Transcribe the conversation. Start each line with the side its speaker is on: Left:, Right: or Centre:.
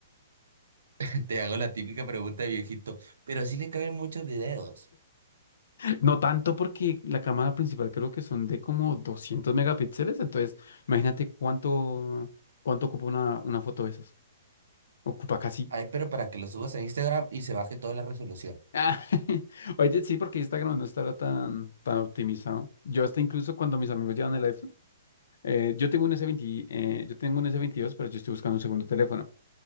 Right: <laughs> Te hago la típica pregunta de viejito, pero así le caben muchos videos.
Left: No tanto porque la cámara principal creo que son de como 200 megapíxeles, entonces imagínate cuánto, cuánto ocupa una, una foto de esas. Ocupa casi.
Right: Ay, pero para que lo subas a Instagram y se baje toda la resolución.
Left: Ah, <laughs> Oye, sí, porque Instagram no estará tan, tan optimizado. Yo hasta incluso cuando mis amigos llevan el iPhone, eh, yo tengo un S20, eh, yo tengo un s veintidós pero yo estoy buscando un segundo teléfono.